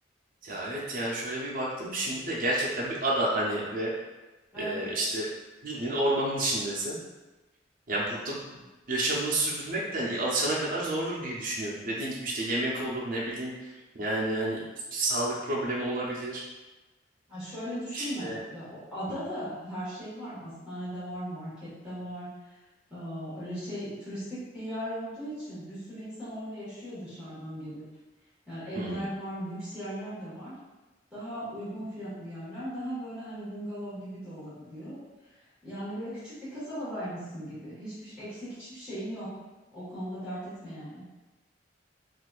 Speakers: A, on the right; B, in the centre.
A: Ya evet yani şöyle bir baktım şimdi de gerçekten bir ada hani ve
B: Evet.
A: e, işte bildiğin ormanın içindesin. Yani burada yaşamını sürdürmek de hani alışana kadar zordur diye düşünüyorum. Dediğin gibi işte yemek olur ne bileyim yani hani bir sağlık problemi olabilir.
B: Ha şöyle düşünme.
A: İşte
B: Ya o adada
A: Hı,
B: her şey var. Hastanede var, markette var. Ee, öyle şey turistik bir yer olduğu için bir sürü insan orada yaşıyor dışarıdan gelip. Yani evler
A: hı.
B: var, lüks yerler de var. Daha uygun fiyatlı yerler, daha böyle hani bungalov gibi de olabiliyor. Yani böyle küçük bir kasabadaymışsın gibi. Hiçbir eksik hiçbir şeyin yok. O konuda dert etme yani.